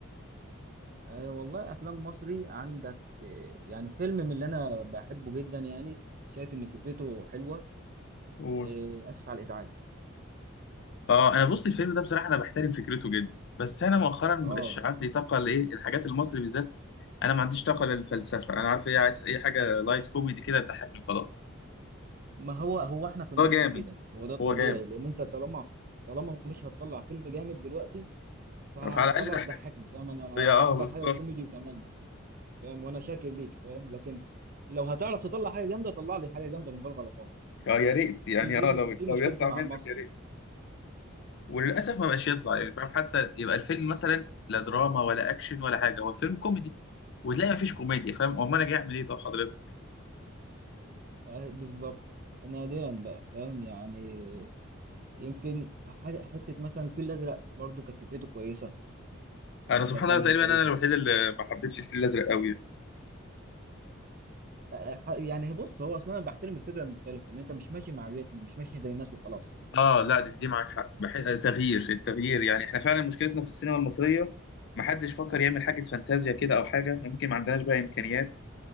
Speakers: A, on the right; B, on the left.
A: آه والله افلام مصري عندك آه يعني فيلم من اللي انا بحبه جدا يعني شايف ان فكرته حلوة
B: قول
A: آه اسف على الازعاج
B: اه انا بص الفيلم ده بصراحه انا بحترم فكرته جدا بس انا مؤخرا مش
A: اه
B: عندي طاقه لايه الحاجات المصري بالذات انا ما عنديش طاقه للفلسفه انا عارف ايه عايز اي حاجه لايت كوميدي كده تضحكني خلاص
A: ما هو هو احنا في المصري
B: هو جامد
A: كده هو ده الطبيعي
B: هو جامد
A: لان انت طالما طالما مش هتطلع فيلم جامد دلوقتي فخلاص
B: فعلى الاقل ضحك
A: ضحكني فاهم انا
B: يا اه
A: احضر
B: بالظبط
A: حاجة كوميدي وتمام فاهم وانا شاكر ليك فاهم لكن لو هتعرف تطلع حاجه جامده طلع لي حاجه جامده من غير غلطات
B: اه يا ريت يعني
A: دي دي
B: اه لو
A: مش- دي
B: لو
A: مشكلتي
B: يطلع
A: مع
B: منك
A: المصري
B: يا ريت وللاسف ما بقاش يطلع
A: بس
B: يعني فاهم حتى يبقى الفيلم مثلا لا دراما ولا اكشن ولا حاجه هو فيلم كوميدي وتلاقي ما فيش كوميديا فاهم امال انا جاي اعمل ايه طب حضرتك
A: آه بالظبط نادرا بقى فاهم يعني يمكن ح- حته مثلا الفيل الازرق برضو كانت فكرته كويسه
B: انا سبحان
A: من الافلام
B: الله تقريبا
A: الكويسه
B: انا الوحيد اللي ما حبيتش الفيل الازرق قوي يعني.
A: آه آه، ح- يعني بص هو اصلا انا بحترم الفكره المختلفه ان انت مش ماشي مع الريتم مش ماشي زي الناس وخلاص
B: اه لا دي دي معاك حق بح... تغيير التغيير يعني احنا فعلا مشكلتنا في السينما المصريه ما حدش فكر يعمل حاجه فانتازيا كده او حاجه يمكن ما عندناش بقى امكانيات